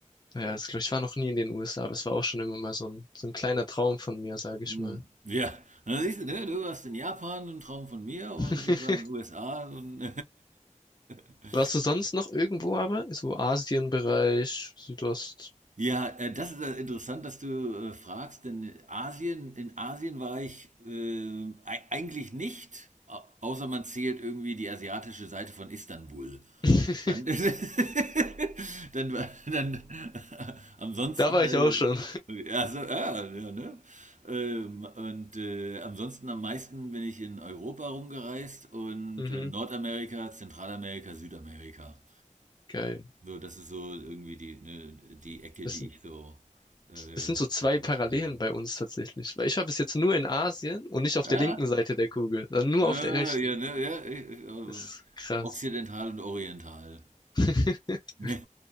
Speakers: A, on the left (about 30°); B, on the right (about 70°).
A: ja, das, glaub ich ich war noch nie in den USA, aber es war auch schon immer mal so ein, so ein kleiner Traum von mir, sage
B: Hm.
A: ich mal.
B: Ja, und dann siehst du, ne, du warst in Japan, ein Traum von mir und
A: <laughs>
B: ich war in den USA und <laughs>
A: Warst du sonst noch irgendwo aber? So Asienbereich, Südost.
B: ja, äh, das ist äh, interessant, dass du äh, fragst, denn Asien, in Asien war ich äh, ei- eigentlich nicht, au- außer man zählt irgendwie die asiatische Seite von Istanbul.
A: <laughs>
B: Dann, <laughs> dann, dann, <laughs> ansonsten,
A: Da war
B: äh,
A: ich auch schon.
B: also ja, ja, ne? Ähm, und äh, ansonsten am meisten bin ich in Europa rumgereist und
A: Mhm.
B: äh, Nordamerika, Zentralamerika, Südamerika.
A: Geil.
B: So, das ist so irgendwie die, ne, die Ecke,
A: Das,
B: die
A: sind-
B: ich so äh,
A: das sind so zwei
B: erforscht
A: Parallelen
B: habe.
A: bei uns tatsächlich. Weil ich war bis jetzt nur in Asien und nicht auf
B: Ah,
A: der linken Seite der Kugel, sondern nur
B: äh,
A: auf der rechten.
B: ja, ne, ja, ich, äh,
A: Das ist krass.
B: Okzidental und Oriental.
A: <laughs>
B: Ja.